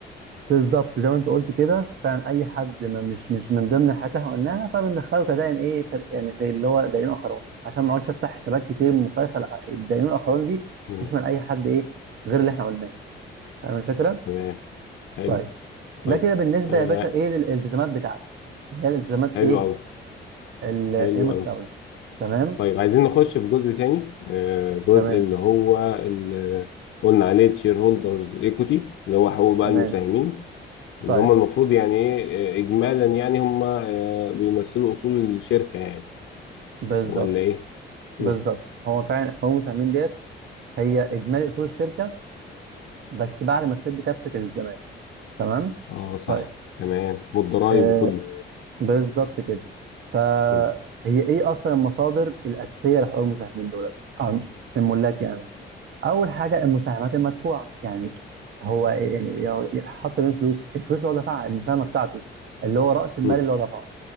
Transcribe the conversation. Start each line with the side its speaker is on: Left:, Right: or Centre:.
Right: بالظبط زي ما انت قلت كده فعلا اي حد ما مش مش من ضمن الحاجات اللي احنا قلناها فبندخله كدائن ايه في... يعني في اللي هو دائنين اخرون عشان ما اقعدش افتح حسابات كتير مختلفه لا، الدائنين الاخرون دي
Left: مم.
Right: تشمل اي حد ايه غير اللي احنا قلناه فاهم الفكره
Left: تمام حلو
Right: طيب ده
Left: طيب
Right: كده بالنسبه
Left: آه
Right: يا باشا ايه للالتزامات بتاعتي اللي هي الالتزامات
Left: حلو
Right: ايه
Left: أوي
Right: ال- المتداوله
Left: حلو أوي
Right: تمام
Left: طيب عايزين نخش في جزء تاني آه جزء
Right: تمام
Left: اللي هو اللي قلنا عليه الشير هولدرز ايكوتي اللي هو حقوق بقى
Right: تمام
Left: المساهمين اللي
Right: طيب
Left: هم المفروض يعني ايه آه، اجمالا يعني هم آه بيمثلوا اصول الشركة يعني
Right: بالظبط
Left: ولا ايه؟
Right: بالظبط
Left: مم.
Right: هو فعلا هو مساهمين ديت هي اجمالي اصول الشركه بس بعد ما تسد كافه الالتزامات تمام
Left: اه صح
Right: طيب
Left: تمام والضرايب
Right: آه
Left: وكله
Right: بالظبط كده فهي
Left: مم.
Right: ايه اصلا المصادر الاساسيه لحقوق المساهمين دول أو الملاك يعني اول حاجه المساهمات المدفوعه يعني هو يعني يعني حط من فلوس الفلوس اللي هو دفعها المساهمه بتاعته اللي هو راس المال
Left: مم.
Right: اللي هو دفعه